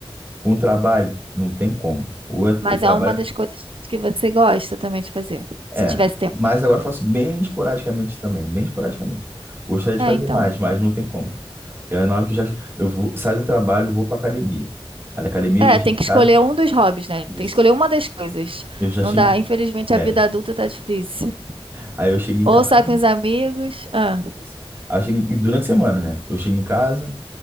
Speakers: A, on the right (about 20°); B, on the right (about 65°).
A: Com o trabalho, não tem como. Ou eu
B: Mas
A: eu trabalho.
B: é uma das coisas que você gosta também de fazer, se
A: É.
B: tivesse tempo.
A: Mas agora eu faço bem esporadicamente também, bem esporadicamente. Gostaria de
B: É,
A: fazer
B: então.
A: mais, mas não tem como. Porque na hora que eu já eu vou- saio do trabalho, vou pra academia. Aí na academia
B: É,
A: eu já chego
B: tem
A: em
B: que
A: casa.
B: escolher um dos hobbies, né? Tem
A: Isso.
B: que escolher uma das coisas.
A: Eu já
B: Não
A: chego.
B: dá, infelizmente
A: em-
B: a
A: É.
B: vida adulta tá difícil.
A: Aí eu chego em
B: Ou
A: casa.
B: sai com os amigos, ah,
A: Isso. Aí eu chego em- durante a semana, né? Eu chego em casa.